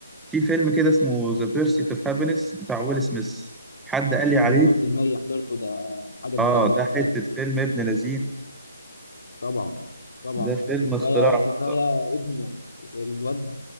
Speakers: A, in the centre; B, on the left.
A: في فيلم كده اسمه ذا بيرسيت اوف هابينس بتاع ويل سميث حد قال لي
B: مليون
A: عليه
B: في المية حضرته ده حاجة من
A: اه
B: أجمد
A: ده
B: الحاجات
A: حتة فيلم ابن لذين
B: طبعا طبعا
A: ده فيلم
B: ده كفايه
A: اختراع بصراحة
B: كفايه ابنه الواد